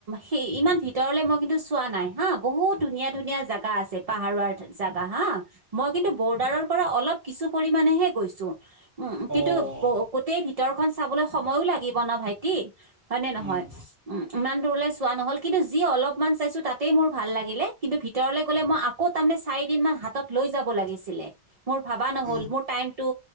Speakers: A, on the right; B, on the right.
A: সেই ইমান ভিতৰলে মই কিন্তু চোৱা নাই হা বহুত ধুনীয়া ধুনীয়া জাগা আছে। পাহাৰুৱাৰ জাগা হা মই কিন্তু বৰ্ডাৰৰ পৰা অলপ কিছু পৰিমানেহে গৈছোঁ। উম
B: অঁ
A: কিন্তু গো - গোটেই ভিতৰখন চাবলৈ সময়ো লাগিব ন ভাইটি। হয় নে নহয়?
B: অঁ
A: উম ইমান দূৰলৈ চোৱা নহ'ল কিন্তু যি অলপ মান চাইছো তাতেই মোৰ ভাল লাগিলে। কিন্তু ভিতৰলৈ গ'লে মই আকৌ তাৰমানে চাৰি দিন মান হাতত লৈ যাব লাগিছিল। লে। মোৰ ভাবা নহ'ল,
B: অ'
A: মোৰ টাইম অ‌ টো